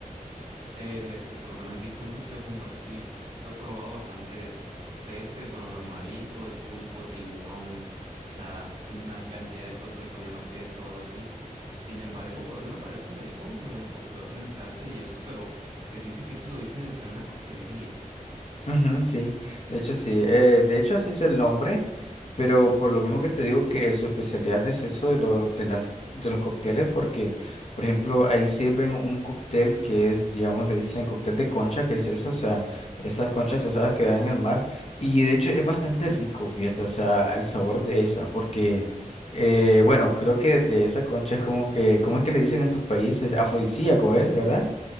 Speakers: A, on the right; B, on the left.
A: Eh, mira que sí, por lo menos aquí el pulpo sí lo, compra- sí lo he probado bastantes peces, bueno, los mariscos, el pulpo, tiburón, o sea, una cantidad de cosas de comida mar que he probado aquí. Sin embargo, bueno, no me parece rico eh, porque lo hacen en salsa y eso, pero me dice que eso lo dicen en en una coctelería.
B: Ujú, sí, de hecho sí, eh, de hecho así es el nombre, pero por lo mismo que te digo que su especialidad es eso de, lo- de, las, de los cócteles, porque por ejemplo ahí sirven un cóctel que es, digamos, le dicen cóctel de concha, que es eso, o sea, esas conchas tú sabes que dan en el mar, y de hecho es bastante rico, fíjate, o sea, el sabor de esa, porque eh, bueno, creo que de esa concha es como que, ¿cómo es que le dicen en tu país? Es afrodisíaco, ¿es, verdad?